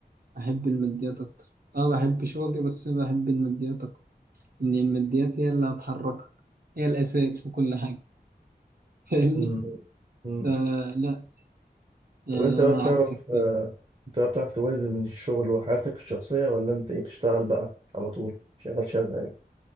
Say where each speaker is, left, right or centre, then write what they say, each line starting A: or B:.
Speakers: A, on the right; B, on the right.
A: أحب الماديات أكتر أه بحب شغلي بس بحب الماديات أكتر إن الماديات هي اللي هتحركك هي الأساس في كل حاجة <laughs> فاهمني؟
B: مم. مم.
A: فلا يعني
B: طب انت بقى
A: أنا
B: بتعرف
A: عكسك
B: آه، انت بقى بتعرف توازن بين الشغل وحياتك الشخصيه ولا انت ايه بتشتغل بقى على طول شغال شغال